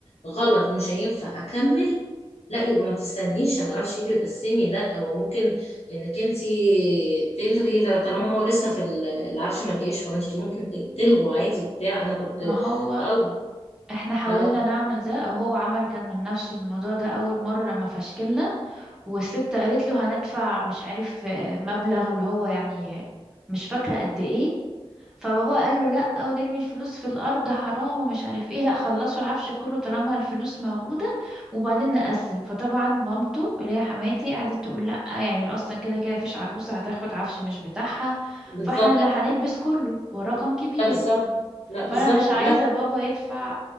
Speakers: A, on the left (about 90°); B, in the centre.
A: غلط مش هينفع اكمل لا يبقى ما تستنيش ما اعرفش يجي وتقسمي لا هو ممكن انك انت تلغي لو- طالما هو لسه في ال- العفش ما جاش فانت ممكن ت- تلغوا عادي بتاع انا كنت
B: ما هو
A: طالبه
B: احنا حاولنا
A: آه،
B: نعمل ده او هو عمل كان من نفسه الموضوع ده اول مرة لما فشكلنا والست قالت له هندفع مش عارف آه، مبلغ اللي هو يعني مش فاكرة قد ايه فبابا قال له لا ونرمي الفلوس في الارض حرام ومش عارف ايه لا خلصوا العفش كله طالما الفلوس موجوده وبعدين نقسم فطبعا مامته اللي هي حماتي قعدت تقول لا يعني ما اصلا كده كده فيش عروسه هتاخد عفش مش بتاعها
A: بالظبط
B: فاحنا اللي هنلبس كله ورقم كبير
A: لا، بالظبط لا
B: فانا
A: بالظبط
B: مش عايزه
A: لا
B: بابا يدفع